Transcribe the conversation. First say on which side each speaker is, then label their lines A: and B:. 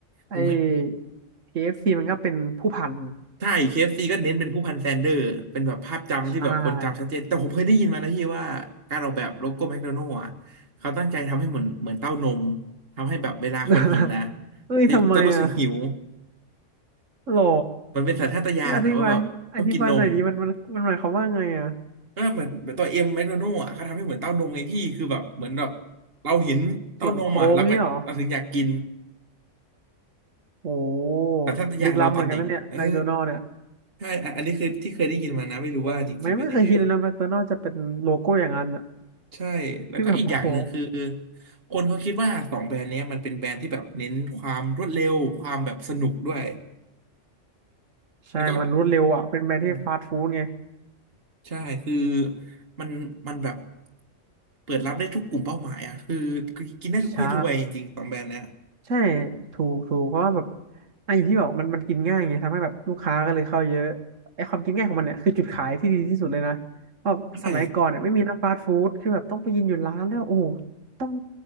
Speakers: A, on the right; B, on the right.
A: ไอ้
B: ผมเคย
A: KFC มันก็เป็นผู้พัน
B: ใช่เคเอฟซีก็เน้นเป็นผู้พันแซนเดอร์เป็นแบบภาพจำที่แบบคนจำชัดเจนแต่ผมเคยได้ยินมานะพี่ว่าการออกแบบโลโก้แมคโดนัลด์อะ
A: ใช่
B: เขาตั้งใจทำให้เหมือนเหมือนเต้านมทำให้แบบเวลาคนเห็นนะ
A: <laughs> เฮ้ยทำไมอะ
B: จะรู้สึกหิว
A: หรอ
B: มันเป็นสัญชาตญาณนะว่าแบบต้องกินนม
A: นี่อธิบายอธิบายหน่อยดิมันมันมันหมายความว่าไงอะ
B: ก็เหมือนตัวเอ็มแมคโดนัลด์อะเขาทำให้เหมือนเต้านมไงพี่คือแบบเหมือนแบบเราเห็นเต้านมอะแล้วก็เราถึงอยากกิน
A: ส่วนโค้งเนี่ยเหรอ โอ้โห
B: แต่ทชาตญาเราตอนเด็กเออ
A: ลึกล้ำเหมือนกันนะเนี่ยแมคโดนัลด์เนี่ย
B: ใช่อันอันนี้คือที่เคยได้ยินมานะไม่รู้ว่าจริงๆเป็นยังไง
A: โอ้ไม่ไม่เคยคิดเลยนะแมคโดนัลด์จะเป็นโลโก้อย่างนั้นอ่ะ
B: ใช่แล้วก็อีกอย่างหนึ่งคือ
A: ที่แบบโอ้โห
B: คนเขาคิดว่าสองแบรนด์เนี้ยมันเป็นแบรนด์ที่แบบเน้นความรวดเร็วความแบบสนุกด้วย
A: ใช่มันรวดเร็วอ่ะเป็นแบรนด์ที่ฟาสต์ฟู้ดไง
B: แล้วก็อืมใช่คือมันมันแบบเปิดรับได้ทุกกลุ่มเป้าหมายอ่ะคือคือกินได้ทุกเพศทุกวัยจริงๆสองแบรนด์เนี้ย
A: ใช่ ใช่ถูกถูกเพราะว่าแบบอ่ะอย่างที่บอกมันมันกินง่ายไงทำให้แบบลูกค้าก็เลยเข้าเยอะไอ้ความกินง่ายของมันเนี่ยคือจุดขายที่ดีที่สุดเลยนะเพราะสมัยก่อนเนี่ยไม่มีนะฟาสต์ฟู้ดคือแบบต้องไปกินอยู่ร้านแล้วโอ้โห
B: ใช่
A: ต้อง